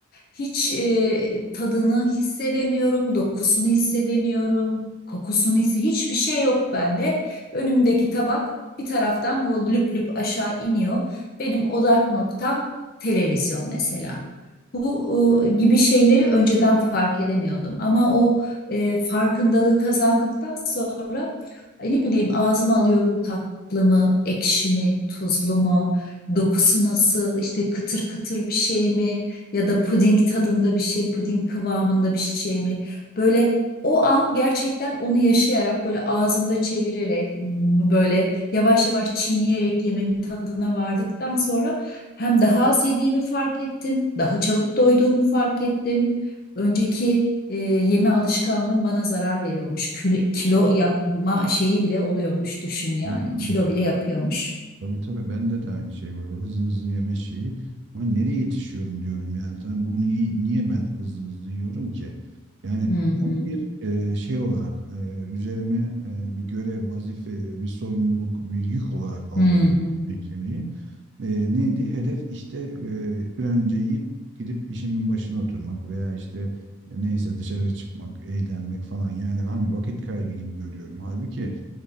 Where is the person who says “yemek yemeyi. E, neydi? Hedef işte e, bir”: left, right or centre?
Right